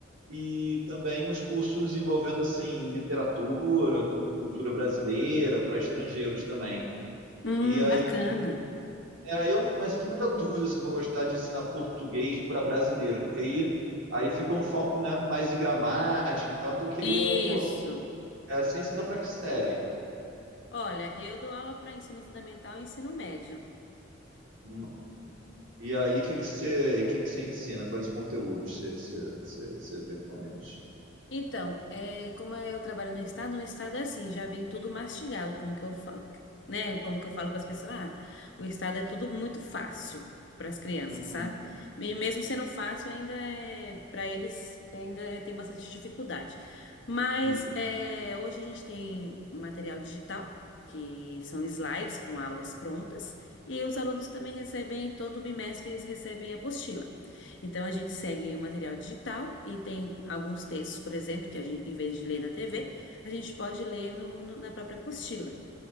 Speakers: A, on the right (about 85°); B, on the left (about 65°).
A: e também uns cursos envolvendo, assim, literatura, com cultura brasileira, para estrangeiros também.
B: Hum,
A: E aí,
B: bacana.
A: é, aí eu não, mas fiquei muita dúvida se eu vou gostar de ensinar português para brasileiros, porque aí, aí fica um foco, né, mais em gramática e tal, então eu queria,
B: Isso.
A: pô, é, você ensina para que série?
B: Olha, eu dou aula para ensino fundamental e ensino médio.
A: Hum. E aí, o que que você, que que você ensina? Quais conteúdos você, você, você, você vê com eles?
B: Então, é, como eu trabalho no estado, no estado é assim, já vem tudo mastigado, como que eu falo, né? Como que eu falo para as pessoas, ah, o estado é tudo muito fácil para as crianças,
A: Uhum,
B: sabe? E mesmo sendo fácil, ainda é, para eles ainda é- tem bastante dificuldade. Mas
A: uhum,
B: é, hoje a gente tem material digital, que são slides com aulas prontas, e os alunos também recebem, todo bimestre eles recebem apostila. Então a gente segue o material digital e tem alguns textos, por exemplo, que a gente, em vez de ler na TV, a gente pode ler no- no- na própria apostila,